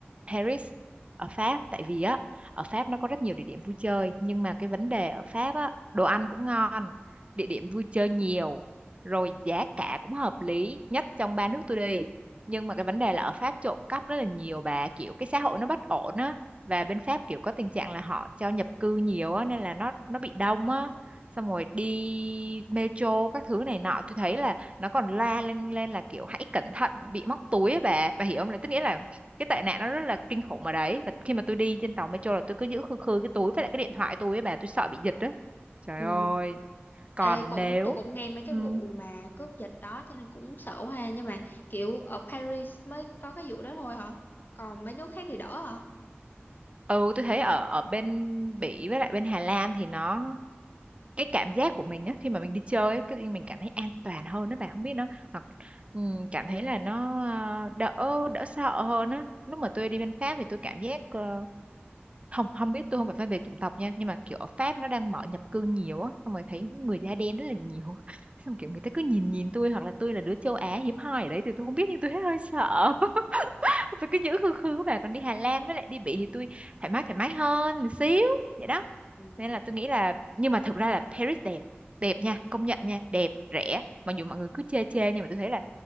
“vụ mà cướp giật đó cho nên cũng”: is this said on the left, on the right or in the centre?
Left